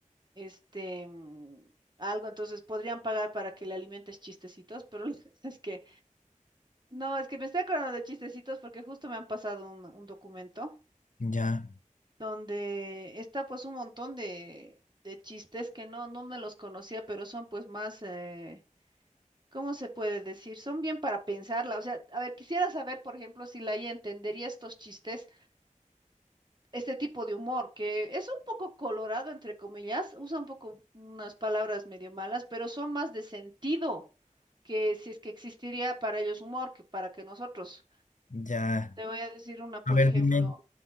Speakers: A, on the right; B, on the left.
A: este, mm, algo, entonces podrían pagar para que le alimentes chistecitos, pero <laughs> es que, no, es que me estoy acordando de chistecitos porque justo me han pasado un, un documento.
B: Ya,
A: donde está pues un montón de, de chistes que no, no me los conocía, pero son pues más, eh, ¿cómo se puede decir? Son bien para pensarla. O sea, a ver, quisiera saber, por ejemplo, si Laia entendería estos chistes, este tipo de humor, que es un poco colorado, entre comillas, usa un poco unas palabras medio malas, pero son más de sentido que si es que existiría para ellos humor que para que nosotros.
B: ya.
A: Te voy a decir una, por
B: A ver,
A: ejemplo,
B: dime.